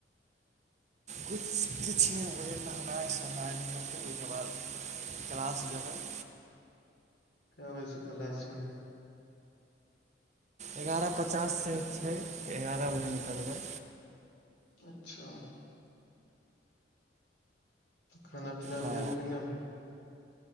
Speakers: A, on the right; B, on the left.
A: किु किछुमे ओह नहनाइ सहनाइ नहि होतै ओहिके बाद क्लास जेबै <unintelligible>
B: क होै छै कला छै <unintelligible>
A: एगारह पचास से छै एगारह बजे निकलबै
B: अच्छा तऽ खाना पीना
A: हँ
B: भेल की नहि